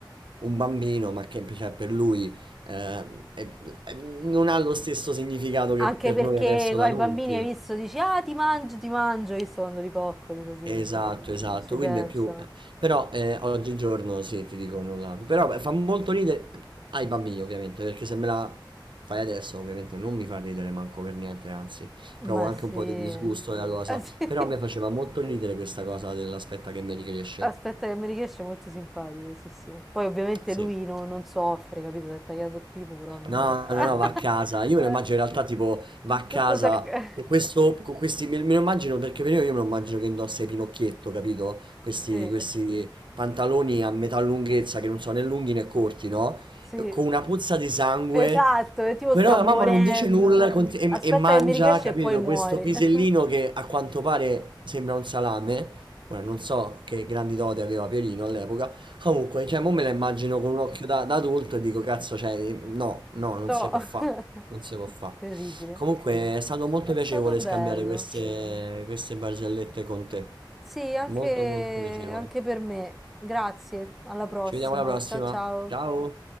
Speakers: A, on the right; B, in the centre.
A: un bambino, ma che cioè, per lui eh, è- è- non ha lo stesso significato che
B: Anche
A: per
B: perché
A: noi adesso
B: ai
A: da adulti.
B: bambini hai visto, dici, ah, ti mangio, ti mangio, che sono di coccoli così,
A: Esatto,
B: quindi eh,
A: esatto,
B: non ci
A: quindi
B: pensano.
A: è più... Però eh, oggigiorno sì, ti dico non la... Però beh, fa molto ridere ai bambini ovviamente, perché se me la fai adesso ovviamente non mi fa ridere manco per niente, anzi, provo
B: Ma
A: anche
B: sì.
A: un po' di disgusto della cosa,
B: Ah, sì. <laughs>
A: però a me faceva molto ridere questa cosa dell'aspetta che mi ricresce.
B: Aspetta che mi riesce, è molto simpatico, sì sì. Poi ovviamente
A: Sì.
B: lui no- non soffre, capito? Si è tagliato il pipo, però non...
A: No,
B: <laughs>
A: no, no, va a casa. Io
B: Eh,
A: me lo immagino in realtà tipo va a casa
B: Tutto sa... <laughs>
A: con questo, con questi, me, me lo immagino perché per io, io me lo immagino che indossa i Pinocchietto, capito? Questi,
B: Sì,
A: questi pantaloni a metà lunghezza che non sono né lunghi né corti, no?
B: sì,
A: Con una puzza di sangue
B: esatto, e tipo
A: però
B: sta
A: la
B: morendo.
A: mamma non dice nulla cont- e,
B: Aspetta
A: e mangia,
B: che mi riesce
A: capito,
B: e poi muore.
A: questo pisellino
B: <laughs>
A: che a quanto pare sembra un salame. Ora non so che grandi doti aveva Pierino all'epoca. Comunque, cioè, mo me la immagino con un occhio da, da adulto e dico, cazzo, cioè, no, no, non
B: No,
A: si può fare.
B: <laughs>
A: Non si può fare.
B: terribile.
A: Comunque, è stato molto
B: È
A: piacevole
B: stato bello.
A: scambiare queste, queste barzellette con te.
B: Sì, anche
A: Molto, molto piacevole.
B: anche per me. Grazie, alla prossima.
A: Ci vediamo alla prossima.
B: Ciao ciao.
A: Ciao.